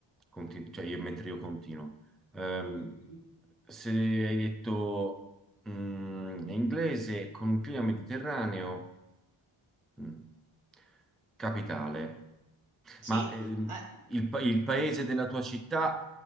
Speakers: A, in the centre; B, on the right.
A: continu- cioè io, mentre io continuo. Ehm,
B: Mhm.
A: se hai detto mm, è inglese con un clima mediterraneo, mm, capitale.
B: Sì,
A: Ma ehm,
B: eh,
A: il, pa- il paese della tua città